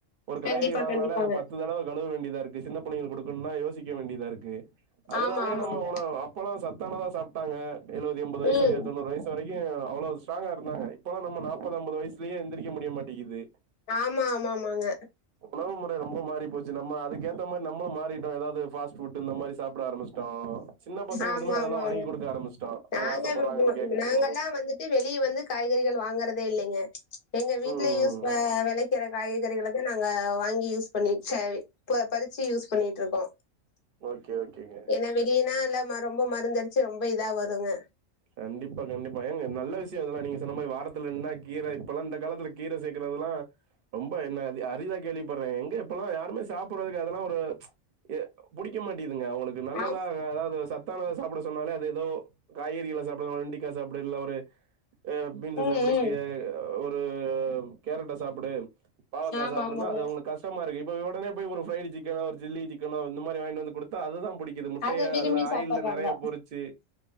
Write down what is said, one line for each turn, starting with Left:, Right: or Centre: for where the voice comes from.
Right: ஒரு காய்கறி
Left: கண்டிப்பா
Right: வாங்குனாலே
Left: கண்டிப்பாங்க
Right: அத பத்து தடவ கழுவ வேண்டியதா இருக்கு சின்ன புள்ளைங்கள்க் குடுக்கணுனா யோசிக்க வேண்டியதா இருக்கு அதனாலே
Left: ஆமா ஆமாங்க
Right: நம்ம உன அப் அப்பலா சத்தானதா சாப்ட்டாங்க எழுவது எம்பதுவயசு
Left: ம்
Right: தொண்ணறு வயசு சு வரைக்கு அவ்வளோ ஸ்ட்ராங்கா இருந்தாங்க இப்பல்லா நம்ம நாப்பது அம்பது வயசுலயே எந்திரிக்க முடிய மாட்டெங்கிது
Left: ஆமா ஆமா ஆமாங்க
Right: உணவு முறை ரொம்ப மாறி போச்சு நம்ம அதுக்கு ஏத்த மாரி நம்மலு மாறிட்டோ எதாவ்து ஃபாஸ்ட் ஃபுட்டு இந்த மாரி சாப்ட ஆரம்பிச் சுட்டோ சின்ன பசங்களுக்குமே
Left: ஆமா
Right: அதெல்லா
Left: ஆமா ஆமா
Right: வாங்கி குடுக்க ஆரம்பிச்ட்டோ
Left: நாங்க
Right: அவுங்க ஆசப்படுறாங்கன்னு கேக்குடு
Left: நாங்கல்லாம்
Right: ம்
Left: வந்துட்டு வெளிய வந்து காய்கறிகள் வாங்குறதே இல்லெங்கெ எங்க வீடலே
Right: ம்
Left: யூஸ் அ வெளக் விக்கிற காய்கறிகளதா நாங்க வாங்கி யூஸ் பண்ணி சாரி பறிச்சு யூஸ் பண்ணிட்ருக்கோ
Right: ஓகே ஓகேங்க
Left: ஏன்னா வெளியனா இல்ல ரொம்ப மருந்துதடிச்சு ரொம்ப இதா வருங்க
Right: கண்டிப்பா கண்டிப்பா ஏங்க நல்ல விஷய இதெல்லா நீங்க சொன்ன மாரி வாரத்துல ரெண்டுனா கீரை இப்பெல்லா இந்த காலத்து கீரை சேக்கிறதுலா ரொம்ப என்ன அது அரிதா கேள்விப்படுறே எங்க இப்பல்லா யாருமே சாப்பிற்து கெடது அதெல்லா ஒரு எ புடிக்க மாட்டேதுங்க அவுங்களுக்கு நல்லதா
Left: ஆ
Right: அதாவது சத்தானத சாப்பிட சொன்னாலே அது ஏதோ காய்கறிகள சாப்டனு வெண்டிக்கா சாப்டு இல்ல ஒரு பின்ஸ்
Left: ம்
Right: சாபுடு
Left: ம்
Right: கே ஒரு கேரட்ட சாப்புடு பாவக்காய்
Left: ஆமா
Right: சாப்புடுனா
Left: ஆமாங்க
Right: அது அவுங்களுக் கஷ் டமாருக்கு இப்ப உடனே போய் ஒரு பிரை சிக்கன ஒரு சில்லி சிக்கனோ இந்த மாரி வாங்கிட்டு வந்து குடுத் தா அதுதா பிடிக்குது முட்டயா
Left: அத விரும்பி
Right: அதுல ஆயில்ல
Left: சாப்பட்றாங்க
Right: நெறையா பொறிச்சு